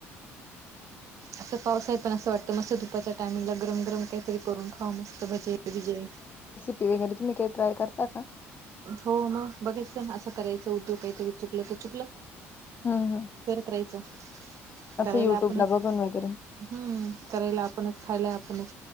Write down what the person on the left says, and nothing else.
भजी वगैरे तुम्ही काय ट्राय करता का?
हुं, हुं.
युट्यूबला
बघून वगैरे